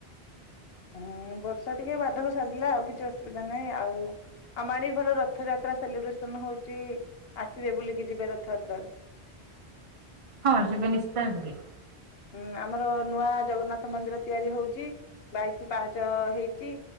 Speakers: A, on the left; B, on the right.
A: ହୁଁ ବର୍ଷା ଟିକେ ବାଧକ ସାଜିଲା ଆଉ କିଛି ଅସୁବିଧା ନାହିଁ ଆଉ। ଆମ ଆଡେ ଭଲ ରଥଯାତ୍ରା ସେଲିବ୍ରେସନ ହଉଛି ଆସିବେ ବୁଲିକି ଯିବେ ରଥଯାତ୍ରା କୁ।
B: ହଁ ଯିବି ନିଶ୍ଚୟ ଯିବି।
A: ହୁଁ ଆମର ନୂଆ ଜଗନ୍ନାଥ ମନ୍ଦିର ତିଆରି ହଉଛି, ବାଇଶି ପାହଚ ହେଇଛି।